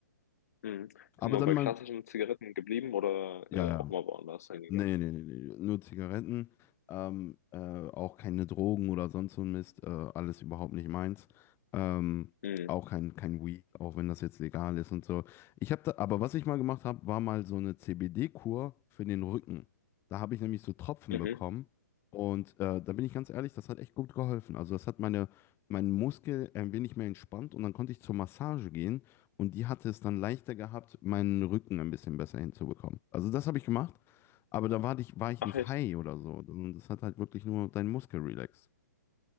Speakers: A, on the left; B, on the left.
A: Mhm.
B: Aber
A: Immer
B: dann
A: bei
B: mal,
A: klassischen Zigaretten geblieben oder
B: ja,
A: äh,
B: ja.
A: auch mal woanders hingegangen?
B: Nee, nee, nee, nee, nur Zigaretten, ähm, äh, auch keine Drogen oder sonst so ein Mist, äh, alles überhaupt nicht meins. Ähm,
A: Mhm.
B: auch kein, kein Weed, auch wenn das jetzt legal ist und so. Ich habe da, aber was ich mal gemacht habe, war mal so eine CBD-Kur für den Rücken. Da habe ich nämlich so Tropfen
A: Mhm.
B: bekommen und äh, da bin ich ganz ehrlich, das hat echt gut geholfen. Also das hat meine, meinen Muskel ein wenig mehr entspannt und dann konnte ich zur Massage gehen und die hatte es dann leichter gehabt, meinen Rücken ein bisschen besser hinzubekommen. Also das habe ich gemacht. Aber da war ich, war ich
A: Ach
B: nicht
A: echt?
B: high oder so. Das hat halt wirklich nur deinen Muskel relaxt.